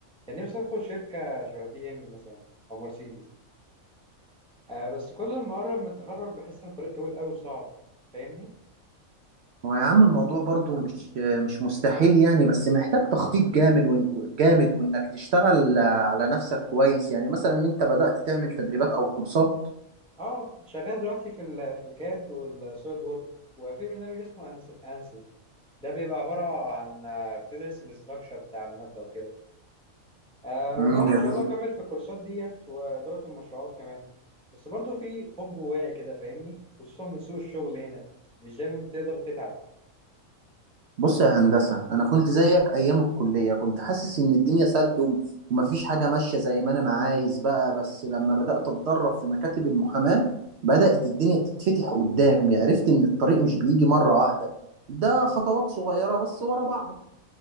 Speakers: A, in the centre; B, on the right (about 60°).
A: كان نفسي ادخل شركة شبه بي ام مثلا او مرسيدس أه بس كل ما اقرب من التخرج بحس ان الطريق طويل قوي وصعب فاهمني؟
B: ما هو يا عم الموضوع برضو مش مش مستحيل يعني بس محتاج تخطيط جامد وإن- جامد وانك تشتغل على نفسك كويس يعني مثلا انت بدأت تعمل تدريبات او كورسات
A: اه شغال دلوقتي في ال في الكاد والسوليد وورك وفي برنامج اسمه أنز- انسز ده بيبقى عبارة عن آه، بتدرس الاستراكشر بتاع المادة وكده آه
B: امم
A: وناوي
B: جميل
A: ان شاء الله اكمل في الكورسات ديت وإدارة المشروعات كمان بس برضو في خوف جوايا كده فاهمني خصوصا من سوق الشغل هنا مش دايما بتقدر تتعب
B: بص يا هندسة أنا كنت زيك أيام الكلية كنت حاسس إن الدنيا سد وم- ومفيش حاجة ماشية زي ما أنا ما عايز بقى بس لما بدأت أتدرب في مكاتب المحاماة بدأت الدنيا تتفتح قدامي عرفت إن الطريق مش بيجي مرة واحدة ده خطوات صغيرة بس ورا بعض